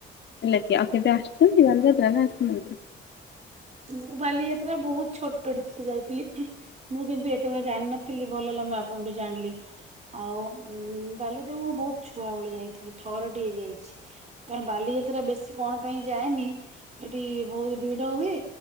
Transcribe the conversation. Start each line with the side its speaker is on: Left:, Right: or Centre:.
Left: ହେଲାକିି ଆଉ କେବେ ଆସିଛନ୍ତି ବାଲ ଯାତ୍ରା ନା ଆସି ନାହାନ୍ତି?
Right: ମୁଁ ବାଲିଯାତ୍ରା ବହୁତ ଛୋଟ ଟେ ଥିଲି ଯାଇଥିଲି। ମୁଁ କିନ୍ତୁ ଏତେ କଥା ଜାଣିନଥିଲି ଭଲ ହେଲା ମୁଁ ଆପଣଠୁ ଜାଣିଲି। ଆଉ ବାଲିଯାତ୍ରା ମୁଁ ବହୁତ ଛୁଆବେଳେ ଯାଇଥିଲି ଥରଟିଏ ଯାଇଛି। କାରଣ ବାଲିଯାତ୍ରା ବେଶି କଣ ପାଇଁ ଯାଏନି ସେଠି ବହୁତ ଭିଡ଼ ହୁଏ।